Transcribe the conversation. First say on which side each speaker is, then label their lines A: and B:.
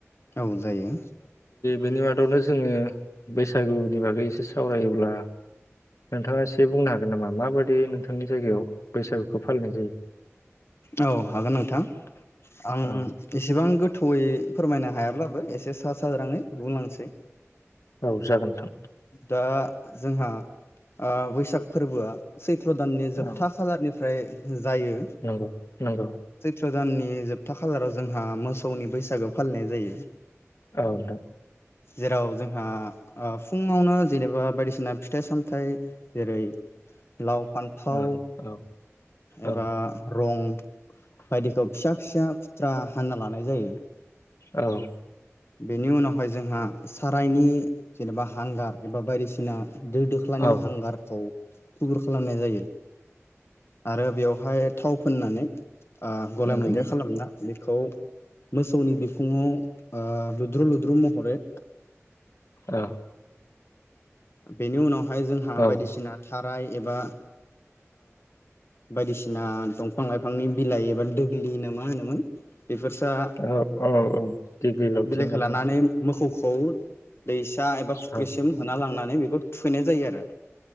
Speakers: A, on the left; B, on the left.
A: औ जायो
B: बेनि मादावनो जोङो बैसागुनि बागै एसे सावरायोब्ला नोंथाङा एसे बुंनो हागोन नामा माबाददि नोंथांनि जायगायाव बैसागुखौ फालिनाय जायो?
A: औ हागोन नोंथां आं
B: औ
A: एसेबां गो थयै फोरमायनो हायाब्लाबो एसे सा साज्रांयै बुंलांनोसै
B: औ जागोन नोंथां
A: दा जोंहा ओ बैसागु फोरबोआ सैथ सट्र दाननि जोबथा
B: औ
A: खालारनि ओमफ्राय जायो
B: नंगौ नंगौ
A: सैट्र दाननि जोबथा खालाराव जोंहा मोसौनि बैसागो फालिनाय जायो
B: औ नोंथां
A: जेराव जोंहा फुङावनो जेनेबा बायदिसिना फिथाइ सामथाइ जेरै लाव फान्थाव
B: औ औ औ
A: एबा बायदिखौ फिसा फिसा खुथ्रा हानना लानाय जायो
B: औ
A: बेनि उनावहाय जोंहा सारायनि जेनेबा हांगार एबा बायदिसिना दो दोख्लानि
B: औ
A: हांगारखौ खुगुर खालामनाय जायो आरो बेवहाय थाव फोननानै गलाय
B: नंगौ
A: मोनदेर खालामना खौ मोसौनि बिखुङाव लुद्रु -लुद्रु महरै
B: अ
A: बेनि उनाव माय जोंहा
B: औ
A: बायदिसिना साराय एबा बायदिसिना दंफां -लाइफांनि बिलाइ एबा दोग्लि ना मा होनोमोन?
B: औ-
A: बेफोरसा
B: औ -औ। दिग्लि लावथि
A: बिलाइखौ
B: होनना
A: लानानै
B: बुङो
A: मोसौ खौ दैसा एबा फुख्रिसिम
B: औ
A: होना लांनानै -नानै बेखौ थुफैनाय जायो आरो।